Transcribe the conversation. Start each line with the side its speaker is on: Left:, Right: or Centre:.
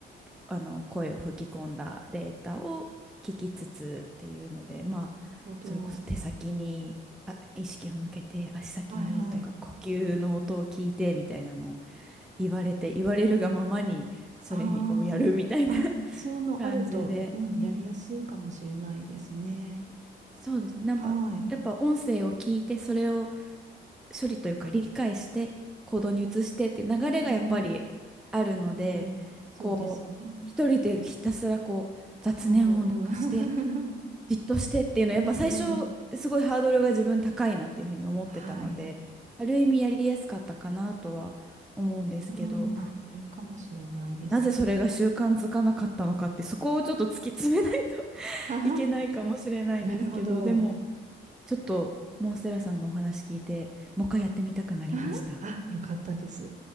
Centre: あの声を吹き込んだデータを聞きつつっていうのでまあそれこそ手先にあ意識を向けて足先にとか呼吸の音を聞いてみたいなのを
Right: ほど。はいはい。
Centre: <laughs> 言われて言われるがままにそれにをやるみたいな
Right: ああー、あ、そうのあると、
Centre: <laughs> 感じで
Right: うん、やりやすいかもしれないですね。
Centre: そうですねなんかやっぱ音声を聞いてそれを
Right: はい。
Centre: 処理というか理解して行動に移してって流れがやっぱりあるのでこう一人でひたすらこう雑念をなくして
Right: うん、うん、うん、うんそうですね。うんうん。<laughs>
Centre: じっとしてっていうのはやっぱ最初すごいハードルが自分高いなっていうふうに思ってたのである意味やりやすかったかなとは思うんですけど
Right: うんうん。はい。うん。あ、いいかもしれないですね。
Centre: なぜそれが習慣づかなかったのかってそこをちょっと突き詰めないと <laughs>
Right: はは。
Centre: いけないかもしれないんですけどでも
Right: なるほど。
Centre: ちょっとモンステラさんのお話聞いてもう一回やってみたくなりました。
Right: あは、あよかったです。